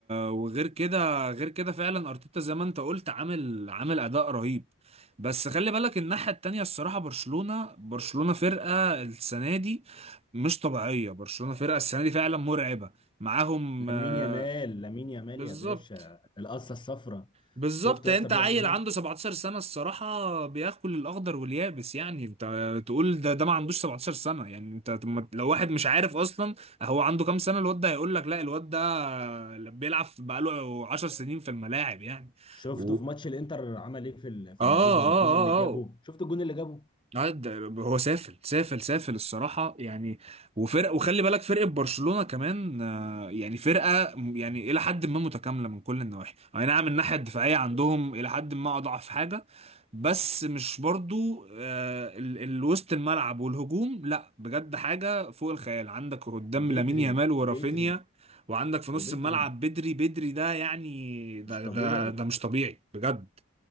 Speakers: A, on the right; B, on the left.
A: وغير كده غير كده فعلا ارتيتا زي ما انت قلت عامل عامل اداء رهيب بس خلي بالك الناحيه التانيه الصراحه برشلونه برشلونه فرقه السنه دي مش طبيعيه برشلونه فرقه السنه دي فعلا مرعبه معاهم
B: لامين
A: آه،
B: يامال لامين يامال
A: بالظبط
B: يا باشا القصه الصفراء
A: بالظبط
B: شفته
A: يعني
B: يا اسطى
A: انت
B: بيعمل
A: عيل
B: ايه
A: عنده 17 سنة الصراحة بياكل الأخضر واليابس يعني انت تقول ده ده ما عندوش 17 سنة يعني انت طب لو واحد مش عارف أصلا هو عنده كام سنة الواد ده هيقول لك لا الواد ده بيلعب بقاله 10 سنين في الملاعب يعني
B: شفته
A: و...
B: في
A: اه
B: ماتش الانتر عمل ايه في ال- في
A: اه
B: اللعيبه
A: اه
B: والجون اللي جابه
A: اه
B: شفت الجون اللي جابه
A: آه، ده- هو سافل سافل سافل الصراحة يعني وفرق وخلي بالك فرقة برشلونة كمان آه، يعني فرقة م- يعني إلى حد ما متكاملة من كل النواحي أي نعم الناحية الدفاعية عندهم إلى حد ما أضعف حاجة بس مش برضو آه، ال- ال- وسط الملعب والهجوم لا بجد حاجة فوق الخيال عندك قدام
B: بدري
A: لامين يامال ورافينيا
B: بدري
A: وعندك في نص
B: وبدري
A: الملعب بدري بدري ده يعني ده
B: مش طبيعي
A: ده ده مش طبيعي بجد